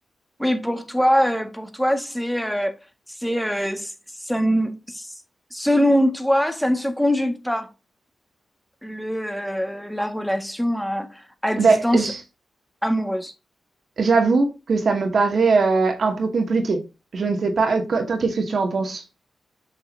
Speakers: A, in the centre; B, on the right.
A: Oui, pour toi, euh, pour toi, c'est, euh, c'est, euh, c- ça ne- s- selon toi, ça ne se conjugue pas le, euh, la relation à, à distance
B: Ben, j-
A: amoureuse.
B: j'avoue que ça me paraît euh, un peu compliqué. Je ne sais pas. euh, co- toi, qu'est-ce que tu en penses?